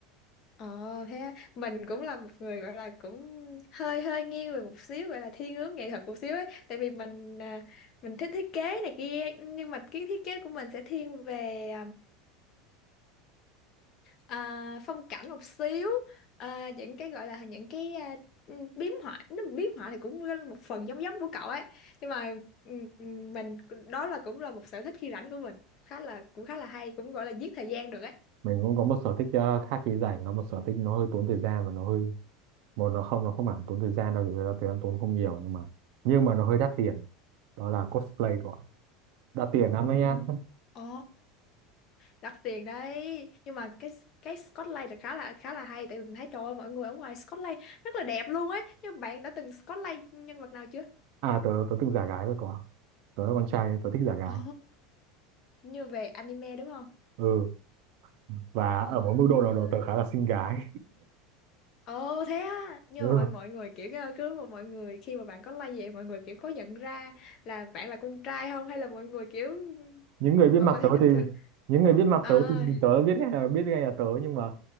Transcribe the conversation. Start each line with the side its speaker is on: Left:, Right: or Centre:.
Left: ờ thế á. mình cũng là một người gọi là cũng hơi hơi nghiêng về một xíu gọi là thiên hướng nghệ thuật một xíu ấy tại vì mình à, mình thích thiết kế này kia nhưng mà cái thiết kế của mình sẽ thiên về à, phong cảnh một xíu à, những cái gọi là những cái à, ừ, biếm họa nó biếm họa thì cũng một phần giống giống của cậu ấy nhưng mà ừ, ừ, mình đó là cũng là một sở thích khi rảnh của mình khá là cũng khá là hay cũng gọi là giết thời gian được ấy
Right: mình cũng có một sở thích ờ, khác khi rảnh có một sở thích nó hơi tốn thời gian và nó hơi một nó không nó không hẳn tốn thời gian đâu thực ra thời gian tốn không nhiều nhưng mà nhưng mà nó hơi đắt tiền đó là cosplay của đắt tiền lắm đấy nhá
Left: Ồ, đắt tiền đấy. Nhưng mà cái cái Scotland là khá là khá là hay tại vì mình thấy trời ơi, mọi người ở ngoài Scotland rất là đẹp luôn ấy. Nhưng bạn đã từng Scotland nhân vật nào chưa?
Right: à tớ tớ từng giả gái rồi của ạ. tớ là con trai nên tớ thích giả gái
Left: Ồ, như về anime đúng không?
Right: ừ và ở
Left: À.
Right: một mức độ nào đó tớ khá là xinh gái
Left: Ồ thế á Nhưng
Right: ừ
Left: mà mọi mọi người kiểu cái- cứ mà mọi người Khi mà bạn có like vậy mọi người kiểu có nhận ra Là bạn là con trai không Hay là mọi người kiểu
Right: những người biết
Left: Mọi
Right: mặt
Left: người thấy
Right: tớ
Left: bình
Right: thì
Left: thường
Right: những người biết mặt
Left: À,
Right: tớ thì nhìn tớ là biết ngay là biết ngay là tớ nhưng mà